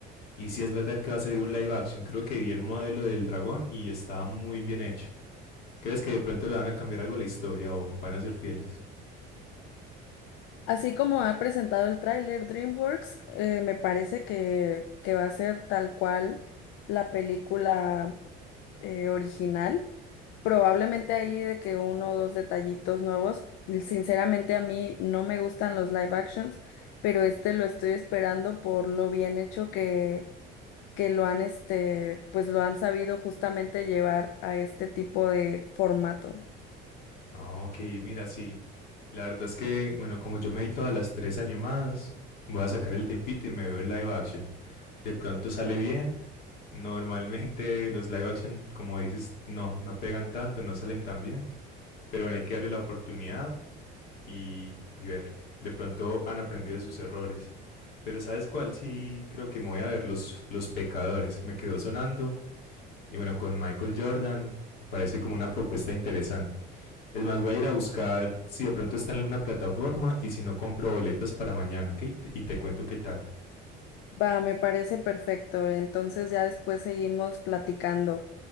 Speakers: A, on the left; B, on the left.
A: Y si es verdad que va a salir un live action, creo que vi el modelo del dragón y estaba muy bien hecho. ¿Crees que de pronto le van a cambiar algo a la historia o van a ser fieles?
B: Así como ha presentado el tráiler DreamWorks, eh, me parece que, que va a ser tal cual la película eh, original. Probablemente ahí de que uno o dos detallitos nuevos. Sinceramente a mí no me gustan los live actions, pero este lo estoy esperando por lo bien hecho que, que lo han, este, pues lo han sabido justamente llevar a este tipo de formato.
A: Ah, ok, mira, sí. La verdad es que, bueno, como yo me vi todas las tres animadas, voy a sacar el tiempito y me veo el live action. De pronto sale bien. Normalmente <laughs> los live action, como dices, no, no pegan tanto, no salen tan bien. Pero bueno, hay que darle la oportunidad. y, y ver. De pronto han aprendido de sus errores. Pero ¿sabes cuál? Sí, creo que me voy a ver Los, los Pecadores. Me quedó sonando. Y bueno, con Michael Jordan me parece como una propuesta interesante. Es más, voy a ir a buscar si de pronto está en alguna plataforma y si no compro boletas para mañana, ¿ok? Y te cuento qué tal.
B: Va, me parece perfecto. Entonces ya después seguimos platicando.